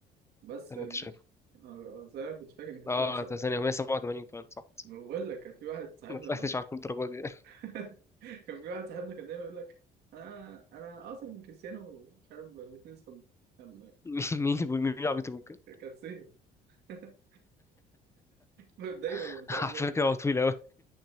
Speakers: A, on the right; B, on the left.
A: بس
B: اللي
A: ال...
B: انت شايفه
A: آه، آه، زي ما كنت فاكر ان كان
B: اه
A: في واحد صاحبي
B: طب ثانيه 187 فعلا صح
A: بقول لك كان في واحد صاحبنا
B: ما طلعتش عارف الدرجه دي
A: <laughs> كان في واحد صاحبنا كان دايما يقول لك انا انا اقصر من كريستيانو مش عارف ب 2 سم كان
B: <laughs> مين مين بيقول- مين العبيط يقول كده
A: كان سيف <laughs> دايما
B: <laughs>
A: ومش
B: على
A: عارف ده
B: فكره هو طويل قوي